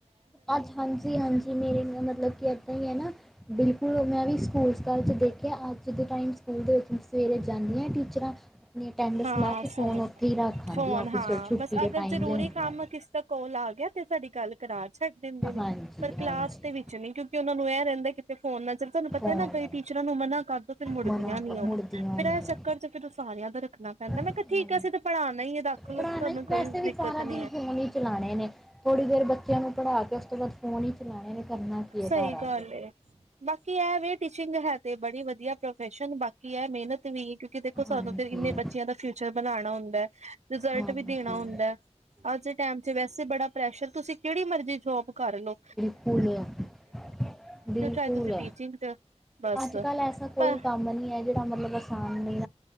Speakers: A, in the centre; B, on the right.
A: ਅੱਜ ਹਾਂਜੀ ਹਾਂਜੀ ਮੇਰੇ ਮਤਲਬ ਕੀ ਏਦਾਂ ਹੀ ਹੈ ਨਾ ਬਿਲਕੁਲ ਸਕਲ ਮੈਂ ਵੀ ਸਕੂਲ ਸਕਾਲ ਚ ਦੇਖਿਆ ਅੱਜ ਦੇ ਟਾਈਮ ਸਕੂਲ ਦੇ ਵਿੱਚ ਸਵੇਰੇ ਜਾਂਦੀਆਂ ਟੀਚਰਾਂ ਆਪਣੀ ਅਟੈਂਡੈਂਸ
B: ਹਾਂ
A: ਲਾ ਕੇ ਫ਼ੋਨ
B: ਫੋਨ
A: ਉੱਥੇ ਹੀ ਰੱਖ ਆਉਂਦੀਆਂ
B: ਫੋਨ
A: ਆਫਿਸ
B: ਹਾਂ
A: ਤੋਂ ਛੁੱਟੀ
B: ਬਸ
A: ਦੇ
B: ਅਗਰ
A: ਟਾਈਮ
B: ਜ਼ਰੂਰੀ
A: ਲੈਂਦੀਆਂ
B: ਕੰਮ ਕਿਸ ਦਾ ਕੋਲ ਆ ਗਿਆ ਤੇ ਸਾਡੀ ਗੱਲ ਕਰਾ ਛੱਡ ਦਿੰਦੇ ਨੇ
A: ਹਾਂਜੀ
B: ਪਰ
A: ਹਾਂਜੀ
B: ਕਲਾਸ ਦੇ ਵਿੱਚ ਨ ਕਿਉਂਕਿ ਉਹਨਾ ਨੂੰ ਇਹ ਰਹਿੰਦਾ ਕਿਤੇ ਫੋਨ ਨਾ ਚੱਲ ਤੁਹਾਨੂੰ ਪਤਾ
A: ਫ਼ੋਨ
B: ਨਾ ਕਈ ਟੀਚਰਾਂ ਨੂੰ ਮਨਾ ਕਰਦੋ ਫਿਰ ਮੁੜਦੀਆਂ
A: ਮਨਾ
B: ਨ
A: ਕਰ ਮੁੜਦੀਆਂ
B: ਉਹ ਫੇਰ
A: ਨਹੀਂ
B: ਇਹ ਚੱਕਰ ਚ ਫਿਰ ਸਾਰੀਆਂ ਤਰ ਰੱਖਣਾ ਪੈਂਦਾ ਮੈਂ
A: ਹਾਂਜੀ
B: ਕਿਹਾ ਠੀਕ ਆ ਅਸੀਂ ਤੇ ਪੜ੍ਹਾਉਣਾ ਹੀ ਹੈ ਰੱਖ ਲੋਓ
A: ਪੜ੍ਹਾਉਣਾ
B: ਤੁਹਾਨੂੰ
A: ਹੀ-
B: ਕੋਈ
A: ਵੈਸੇ ਵੀ
B: ਦਿੱਕਤ
A: ਸਾਰਾ
B: ਨੀ
A: ਦਿਨ
B: ਹੈ
A: ਫ਼ੋਨ ਹੀ ਚਲਾਉਣੇ ਨੇ ਥੋੜ੍ਹੀ ਦੇਰ ਬੱਚਿਆਂ ਨੂੰ ਪੜ੍ਹਾ ਤੇ ਉਸ ਤੋਂ ਬਾਅ ਫੋਨ ਹੀ ਚਲਾਉਣੇ ਨੇ ਕਰਨਾ ਕੀ ਹੈ
B: ਸਹੀ
A: ਘਰ ਆ
B: ਗੱਲ
A: ਕੇ
B: ਬਾਕੀ ਐ ਵੀ ਟੀਚਿੰਗ ਹੈ ਤੇ ਬੜੀ ਵਧੀਆ ਪ੍ਰੋਫੈਸ਼ਨ ਬਾਕੀ ਹੈ ਮਿਹਨਤ ਵੀ ਕਿਉਂਕਿ ਦੇਖੋ ਸਾਨੂੰ
A: ਹਾਂਜੀ
B: ਫੇਰ ਇਨੇ ਬੱਚਿਆਂ ਦਾ ਫਿਊਚਰ ਬਣਾਉਣਾ ਹੁੰਦਾ ਹੈ ਰਿਜ਼ਲਟ
A: ਹਾਂਜੀ
B: ਵੀ ਦੇਣਾ ਹੁੰਦਾ ਅੱਜ ਦੇ ਟੈਮ ਚ ਵੈਸੇ ਬੜਾ ਪ੍ਰੈਸ਼ਰ ਤੁਸੀਂ ਕਿਹੜੀ ਮਰਜ਼ੀ ਜੋਬ ਘਰ ਨੂੰ
A: ਬਿਲਕੁਲ
B: ਚਾਹੇ ਤੁਸੀਂ ਟੀਚਿੰਗ 'ਚ ਬਸ
A: ਅੱਜ ਕੱਲ ਐਸਾ ਕੋਈ
B: ਪਰ
A: ਕੰਮ ਨਹੀਂ ਹੈ ਜਿਹੜਾ ਮਤਲਬ ਅਸਾਨ ਨਹੀਂ।